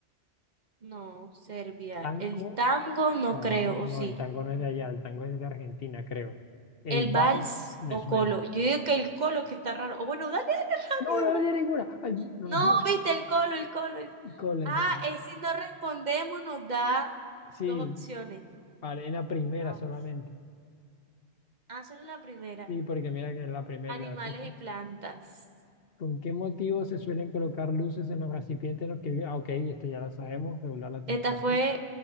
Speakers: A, on the right; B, on the left.
A: No, Serbia.
B: Tango,
A: El tango no
B: no,
A: creo, o
B: no,
A: sí.
B: el tango no es de allá, el tango es de Argentina, creo. El
A: El
B: vals
A: vals
B: me
A: o
B: suena.
A: colo. Yo digo que el colo que está raro. O bueno, dale, dale rápido.
B: No, no le di
A: <laughs>
B: ninguna. Ay, no
A: No,
B: nos dieron.
A: viste, el colo, el colo. el-
B: Con la
A: Ah,
B: entendí.
A: es si no respondemos nos da
B: Sí,
A: dos opciones.
B: vale, en la primera
A: Ah,
B: solamente.
A: ok. Ah, solo la primera.
B: Sí, porque mira que es la primera
A: Animales
B: y la después. sí.
A: y plantas.
B: ¿Con qué motivo se suelen colocar luces en los recipientes en los que viven? Ah, ok, esto ya lo sabemos, regular la temperatura.
A: Esta fue